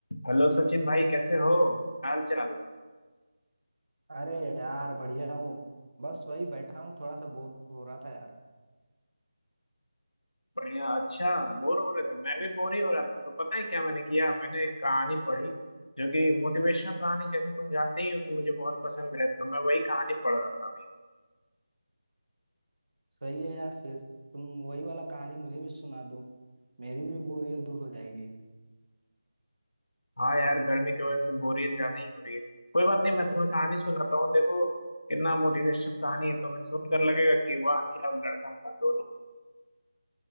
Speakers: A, on the left; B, on the right.
A: Hello Sachin भाई कैसे हो हाल चाल
B: अरे यार बढ़िया हूँ बस वही बैठा हूँ थोड़ा सा बोर हो रहा था यार
A: बढ़िया अच्छा बोर हो रहे थे मैं भी बोर ही हो रहा था तो पता है क्या मैंने किया मैंने एक कहानी पढ़ी जो कि मोटिवेशनल कहानी जैसे तुम जानते ही हो कि मुझे बहुत पसंद है तो मैं वही कहानी पढ़ रहा था अभी
B: सही है यार फिर तुम वही वाला कहानी मुझे भी सुना दो मेरी भी बोरियत दूर हो जाएगी
A: हाँ यार गर्मी की वजह से बोरियत ज्यादा ही हो रही है कोई बात नहीं मैं तुम्हें कहानी सुनाता हूँ देखो कितना मोटिवेशनल कहानी है तुम्हें सुनकर लगेगा कि वाह क्या लड़का था दोनों